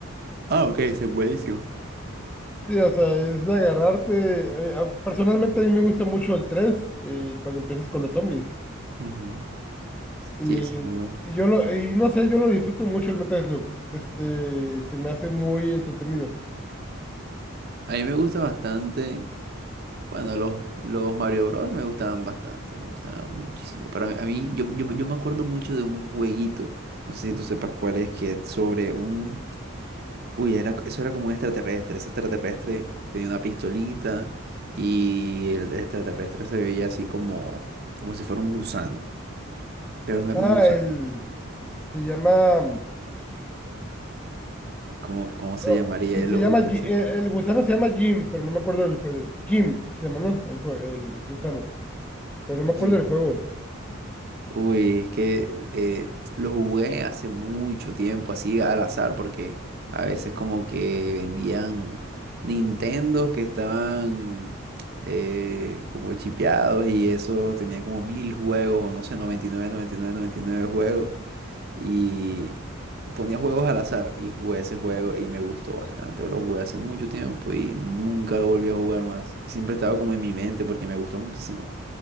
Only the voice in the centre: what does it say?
Sí, o sea, es de agarrarte. eh, a- Personalmente a mí me gusta mucho el tres eh, cuando empiezas con los zombies.
Y,
y-
y yo lo, y no sé, yo lo disfruto mucho el Metal Slug. Este, se me hace muy entretenido.
Ah,
el se llama,
oh,
sí, se
llama,
Ji-
el, el gusano se llama Jim, pero no me acuerdo del juego. Jim se llama, ¿no? El, jue- el gusano, pero no me
acuerdo del juego.